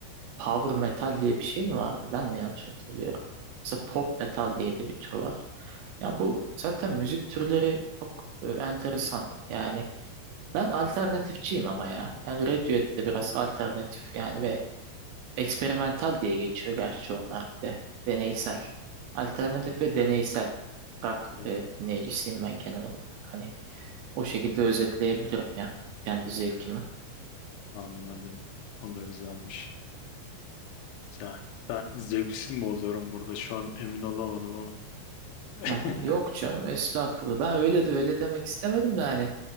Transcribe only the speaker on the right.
Power metal diye bir şey mi vardı? Ben mi yanlış hatırlıyorum? Mesela pop metal diye de bir tür var. Ya bu zaten müzik türleri çok e, enteresan. Yani ben alternatifçiyim ama ya. Yani Radiohead de biraz alternatif yani ve eksperimental
diye geçiyor gerçi onlar bir de. Deneysel. Alternatif ve deneysel rock
e, dinleyicisiyim ben genel olarak. Hani o şekilde özetleyebilirim ya kendi zevkimi.
Aha, Yok canım estağfurullah. Ben öyle de öyle demek istemedim de hani